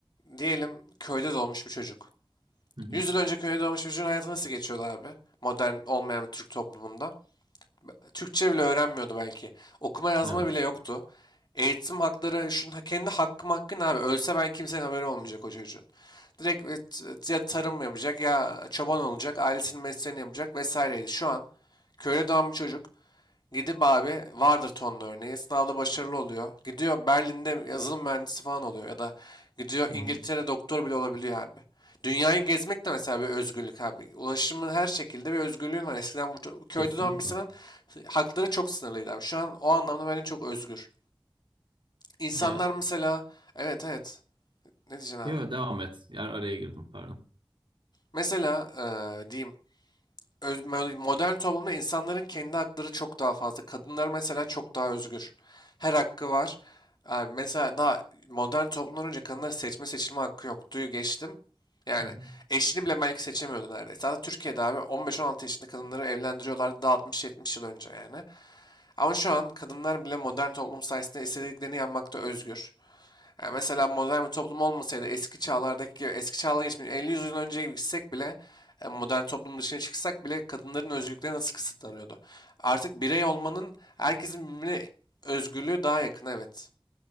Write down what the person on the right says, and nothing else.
Hı hı.
Evet.
Hı hı.
Kesinlikle.
Ya,
yo, devam et. Ya, araya girdim pardon.
Hı hı.